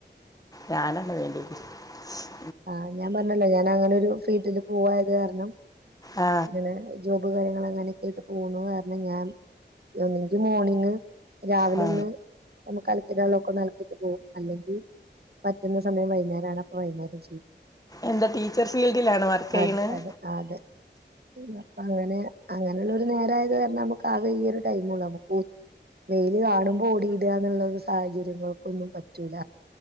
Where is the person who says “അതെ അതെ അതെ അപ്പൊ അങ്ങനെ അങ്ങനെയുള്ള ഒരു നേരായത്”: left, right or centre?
Right